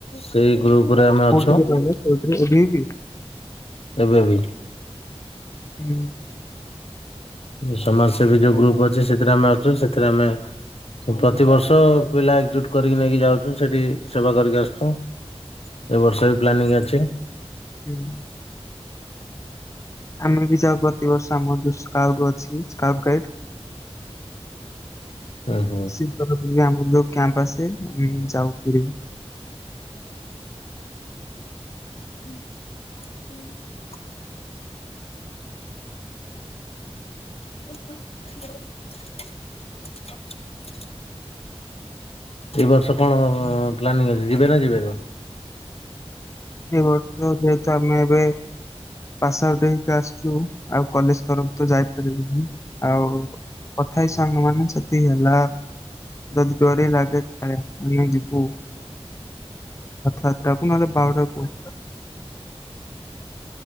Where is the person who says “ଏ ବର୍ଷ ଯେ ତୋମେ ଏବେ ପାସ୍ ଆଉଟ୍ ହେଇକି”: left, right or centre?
Left